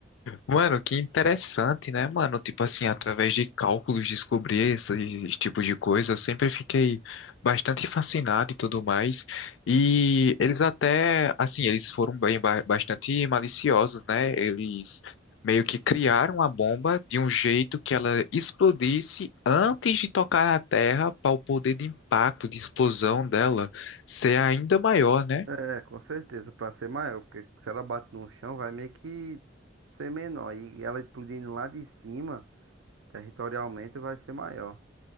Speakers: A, on the left; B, on the right.
A: Mano, que interessante, né, mano? Tipo assim, através de cálculos descobrir esse, esse tipo de coisa, eu sempre fiquei bastante fascinado e tudo mais. E eles até, assim, eles foram bem ba- bastante maliciosos, né? Eles meio que criaram a bomba de um jeito que ela explodisse antes de tocar na Terra, para o poder de impacto, de explosão dela ser ainda maior, né?
B: É, com certeza, pra ser maior, porque se ela bate no chão, vai meio que ser menor. E ela explodindo lá de cima, territorialmente, vai ser maior.